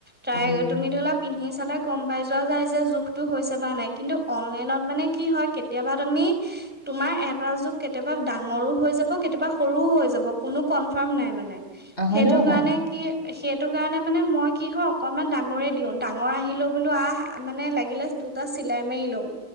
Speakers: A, in the centre; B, on the left.
A: ট্ৰাই
B: উম
A: তুমি ধৰি লা। পিন্ধি চালে গম পাই যোৱা যায় যে জোখটো হৈছে বা নাই কিন্তু অনলাইনত মানে কি হয় কেতিয়াবা তুমি তোমাৰ এটা জোখ কেতিয়াবা ডাঙৰো । হৈ যাব কেতিয়াবা সৰুও হৈ যাব কোনো কনফাৰ্ম নাই মানে।
B: হৈ
A: সেইটো
B: যাব পাৰে।
A: কাৰণে কি। সেইটো কাৰণে মানে মই কি হয় অকনমান ডাঙৰে দিও ডাঙৰ আহিলো বোলো আহ মানে লাগিলে দুটা চিলাই মাৰি লম